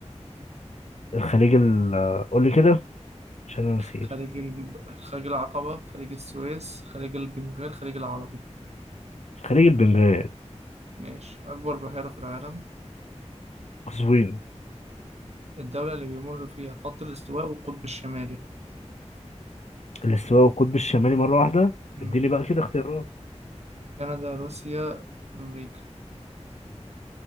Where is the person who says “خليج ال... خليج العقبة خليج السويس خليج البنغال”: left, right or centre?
Right